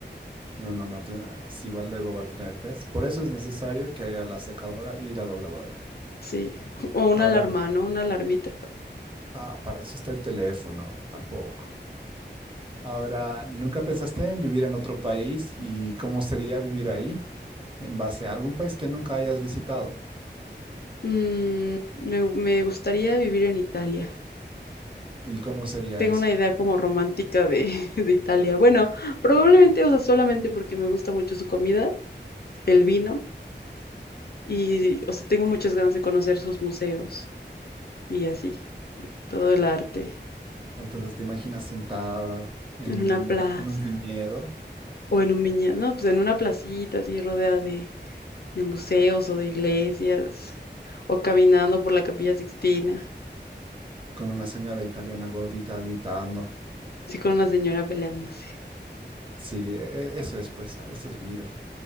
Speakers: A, on the right (about 30°); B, on the left (about 60°).
A: no, no, no. si va, luego va a tener, ¿ves? Por eso es necesario que haya la secadora y la dobladora.
B: Sí, o una
A: Ahora,
B: alarma, ¿no? Una alarmita.
A: ah, para eso está el teléfono, tampoco. Ahora, ¿nunca pensaste en vivir en otro país y cómo sería vivir ahí en base a algún país que nunca hayas visitado?
B: Mm, me, me gustaría vivir en Italia.
A: ¿Y cómo sería
B: Tengo
A: eso?
B: una idea como romántica de, <laughs> de Italia. Bueno, probablemente, o sea, solamente porque me gusta mucho su comida, el vino, y, o sea, tengo muchas ganas de conocer sus museos y así, todo el arte,
A: Entonces, ¿te imaginas sentada en
B: en una
A: un,
B: plaza
A: en un viñedo
B: o en un viñedo, no, pues en una placita así rodeada de, de museos o de iglesias, o caminando por la Capilla Sixtina,
A: con una señora italiana gordita gritando?
B: así con una señora peleándose.
A: Sí, e- e- eso es, pues, a- eso es vida.